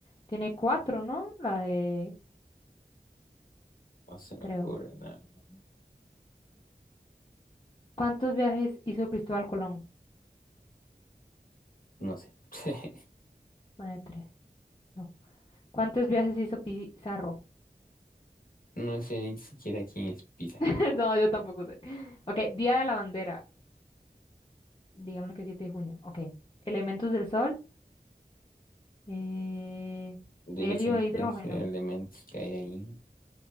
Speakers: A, on the left (about 30°); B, on the left (about 60°).
A: Tiene cuatro, ¿no? La de,
B: No se me
A: creo.
B: ocurre nada.
A: ¿Cuántos viajes hizo Cristóbal Colón?
B: No sé. <laughs>
A: Pone tres. No. ¿Cuántos viajes hizo Pizarro?
B: No sé ni siquiera quién es Pizarro.
A: <laughs> No, yo tampoco sé. Ok, Día de la Bandera. Digámoslo que 7 de junio. Ok. Elementos del Sol. eh,
B: De
A: helio
B: los
A: e hidrógeno.
B: tres elementos que hay ahí,